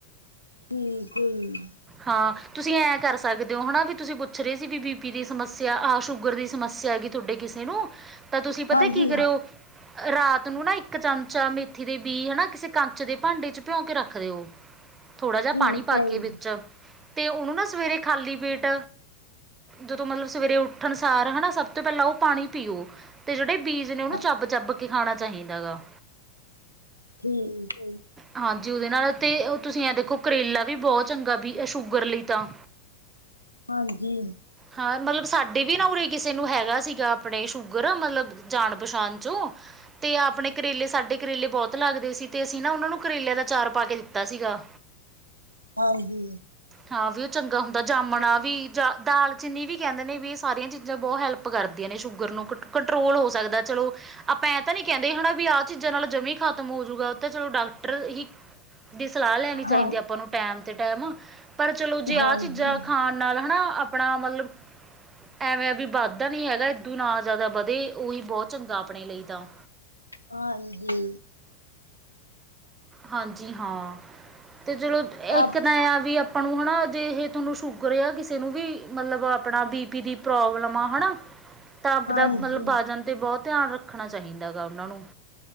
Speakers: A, on the left (about 85°); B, on the right (about 20°).
A: ਠੀਕ ਹੋਈ
B: ਹਾਂ, ਤੁਸੀਂ ਐਂ ਕਰ ਸਕਦੇ ਹੋ ਹਨਾ ਵੀ ਤੁਸੀਂ ਪੁੱਛ ਰੇ ਸੀ, ਬੀ ਪੀ ਬੀਪੀੀ ਦੀ ਸਮੱਸਿਆ ਆਹ ਸ਼ੂਗਰ ਦੀ ਸਮੱਸਿਆ ਹੈਗੀ ਤੁਹਾਡੇ ਕਿਸੇ ਨੂੰ ਤਾਂ ਤੁਸੀਂ ਪਤਾ
A: ਜੀ,
B: ਕੀ ਕਰਿਓ
A: ਹਾਂਜੀ
B: ਰਾਤ ਨੂੰ ਨਾ ਇੱਕ ਚਮਚਾ ਮੇਥੀ ਦੇ ਬੀਅ ਹਨਾ ਕਿਸੇ ਕਚ ਦੇ ਭਾਂਡੇ ਚ ਭਿਉਂ ਕੇ ਰੱਖ ਦਿਓ। ਥੋੜਾ ਜਾ
A: ਠੀਕ
B: ਪਾਣੀ ਪਾ
A: ਹੈ ਜੀ,
B: ਕੇ ਵਿੱਚ ਤੇ ਉਹਨੂੰ ਨਾ ਸਵੇਰੇ ਖਾਲੀ ਪੇਟ ਜਦੋਂ ਮਤਲਬ ਸਵੇਰੇ ਉੱਠਣ ਸਾਰ ਹਨਾ ਸਭ ਤੋਂ ਪਹਿਲਾਂ ਉਹ ਪਾਣੀ ਪੀਓ ਤੇ ਜਿਹੜੇ ਬੀਜ ਨੇ ਉਹਨੂੰ
A: ਹਾਂ
B: ਚੱਬ-ਚੱਬ ਕੇ ਖਾਣਾ ਚਾਹੀਦਾ ਹੈਗਾ
A: ਠੀਕ
B: ਹਾਂਜੀ ਉਹਦੇ ਨਾਲ ਤੇ, ਓ ਤੁਸੀਂ ਐ ਦੇਖੋ ਕਰੇਲਾ ਵੀ ਬਹੁਤ ਚੰਗਾ ਬੀ ਇਹ ਸ਼ੂਗਰ ਲਈ ਤਾਂ
A: ਹਾਂਜੀ।
B: ਹਾਂ, ਮਤਲਬ ਸਾਡੇ ਵੀ ਨਾ ਉਰੇ ਕਿਸੇ ਨੂੰ ਹੈਗਾ ਸੀਗਾ ਆਪਣੇ ਸ਼ੂਗਰ ਮਤਲਬ ਜਾਨ ਪਛਾਣ ਚੋ ਤੇ ਆਪਣੇ ਕਰੇਲੇ ਸਾਡੇ ਕਰੇਲੇ ਬਹੁਤ ਲੱਗਦੇ ਸੀ। ਤੇ ਅਸੀਂ ਓਨਾਂ ਨੂੰ ਕਰੇਲਿਆਂ ਦਾ ਚਾਰ ਪਾ ਕੇ ਦਿੱਤਾ ਸੀਗਾ।
A: ਹਾਂਜੀ
B: ਹਾਂ, ਵਿਊ ਚੰਗਾ ਹੁੰਦਾ ਜਾਮਣਾ ਵੀ ਦਾਲ ਚੀਨੀ ਵੀ ਕਹਿੰਦੇ ਨੇ ਵੀ ਏ ਸਾਰੀਆਂ ਚੀਜ਼ਾਂ ਬੋਤ ਹੈਲਪ ਕਰਦੀਆਂ ਨੇ ਸ਼ੂਗਰ ਨੂੰ ਕੰ-ਕੰਟਰੋਲ ਹੋ ਸਕਦਾ ਚਲੋ ਆਪਾਂ ਐ ਤਾਂ ਨੀ ਕਹਿੰਦੇ ਹਨਾ ਵੀ ਆਹ ਚੀਜ਼ਾਂ ਨਾਲ ਜਮੀ ਖਤਮ ਹੋਜੂਗਾ ਓ ਤੇ ਚਲੋ ਡਾਕਟਰ ਹੀ ਦੀ ਸਲਾਹ ਲੈਣੀ
A: ਹਾਂ,
B: ਚਾਹੀਦੀ ਆਪਾਂ ਨੂੰ ਟੈਮ ਤੇ ਟੈਮ ਪਰ ਚਲੋ ਜੇ
A: ਹਾਂਜੀ,
B: ਆਹ ਚੀਜ਼ਾਂ ਖਾਣ ਨਾਲ ਹਨਾ ਆਪਣਾ ਮਤਲਬ ਐਵੇਂ ਆ ਵੀ ਵੱਧਦਾ ਨੀ ਹੈਗਾ ਇੱਦੋਂ ਨਾ ਜਿਆਦਾ ਵਧੇ ਓਹੀ ਬੋਤ ਚੰਗਾ ਆਪਣੇ ਲਈ ਤਾਂ
A: ਹਾਂਜੀ
B: ਹਾਂਜੀ ਹਾਂ, ਤੇ ਚਲੋ ਇੱਕ
A: ਆਪ
B: ਤਾਂ ਐ ਆ ਵੀ, ਆਪਾਂ ਨੂੰ ਹਨਾ ਜੇ ਇਹ ਤੁਹਾਨੂੰ ਸ਼ੂਗਰ ਆ ਕਿਸੇ ਨੂੰ ਵੀ ਮਤਲਬ ਆਪਣਾ ਬੀ ਪੀ ਦੀ ਪ੍ਰੋਬਲਮ ਆ ਹਨਾ।
A: <inaudible>
B: ਤਾਂ ਆਪ
A: ਹਾਂਜੀ,
B: ਦਾ ਮਤਲਬ ਬਾਜਨ ਤੇ ਬੋ ਧਿਆਨ ਰੱਖਣਾ ਚਾਹੀਦਾ ਗਾ ਓਨਾਂ ਨੂੰ।